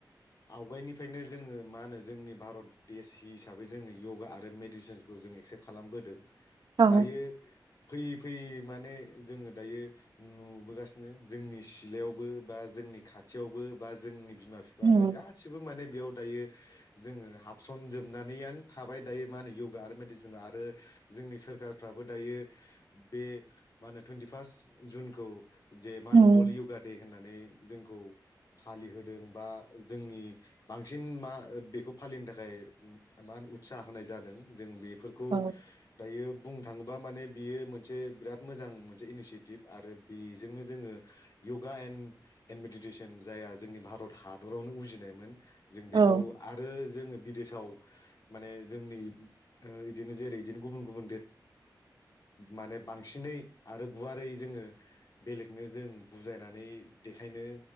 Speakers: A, on the left (about 55°); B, on the right (about 75°).
A: आवगायनिफ्रायनो जोङो मा होनो जोंनि भारत देश हिसाबै जोङो इउ'गा आरो मेडिसनखौ जों एक्सेप खालामबोदों दायो
B: औ
A: फैयै फैयै माने जोङो दायो नुबोगासिनो जोंनि सिलायावबो बा जोंनि खाथियावबो बा जोंनि बिमा बिफा
B: उम
A: जों गासिबो माने बेयाव दायो जोङो हाबसन जोबनानैआनो थाबाय दायो मा होनो य'गा आरो मेडिसिना आरो जोंनि सोरखारफ्राबो दायो बे मा होनो टुइन्टि फार्ट जुनखौ जे मा होनो
B: उम
A: अल य'गा दे होननानै जोंखौ फालिहोदों बा जोंनि बांसिन मा बेखौ फालिनो थाखाय मा होन उत्साह होनाय जादों जों बे फोरखौ
B: औ
A: दायो बुंनो थाङोबा माने बियो मोनसे बिराद मोजां मोनसे इनिसियेटिभ आरो बे जोंनो जोङो य'गा एन ए मेडिटेसन जाया जोंनि भारत हादरावनो उजिनायमोन जों बेखौ
B: औ
A: आरो जोङो बिदेश साव माने जोंनि ओ इदिनो जेरै बिदिनो गुबुन गुबुन माने बांसिनै आरो गुवारै जोङो बेलेगनो जों बुजायनानै देखायनो